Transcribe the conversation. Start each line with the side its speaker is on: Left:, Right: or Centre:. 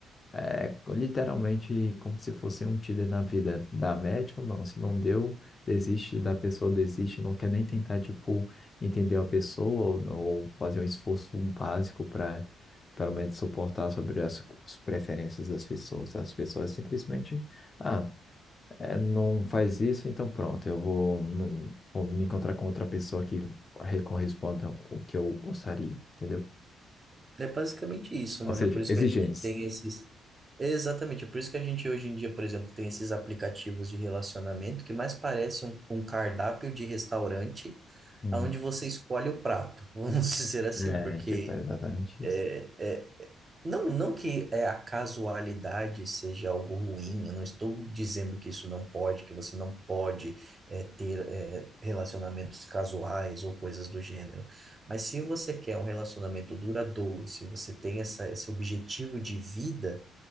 Left: é literalmente como se fosse um Tinder na vida. Dá match ou não? Se não deu, desiste da pessoa, desiste, não quer nem tentar, tipo, entender a pessoa ou, ou fazer um esforço básico para, pelo menos, suportar sobre as, as preferências das pessoas. As pessoas simplesmente, ah, é, não faz isso, então pronto, eu vou, não- vou me encontrar com outra pessoa que re- corresponda o que eu gostaria, entendeu?
Right: É basicamente isso,
Left: Ou
Right: mano.
Left: seja,
Right: É por isso
Left: exigentes.
Right: que a gente tem esses. É Exatamente, é por isso que a gente hoje em dia, por exemplo, tem esses aplicativos de relacionamento que mais parecem um, um cardápio de restaurante,
Left: Hum.
Right: onde você escolhe o prato, <laughs> vamos dizer assim,
Left: É,
Right: porque
Left: tipo, é exatamente
Right: é,
Left: isso.
Right: Não, não que é, a casualidade seja algo ruim, eu não estou dizendo que isso não pode, que você não pode é, ter é, relacionamentos casuais ou coisas do gênero. Mas se você quer um relacionamento duradouro, se você tem essa, esse objetivo de vida,